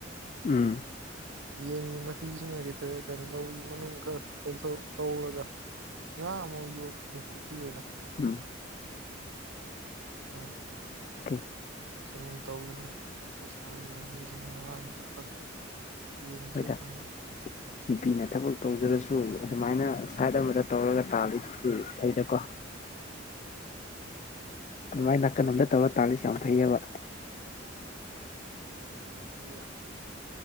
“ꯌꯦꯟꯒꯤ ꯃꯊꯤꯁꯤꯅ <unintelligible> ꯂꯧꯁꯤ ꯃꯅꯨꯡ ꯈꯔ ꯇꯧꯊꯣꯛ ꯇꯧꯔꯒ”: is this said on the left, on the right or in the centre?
Right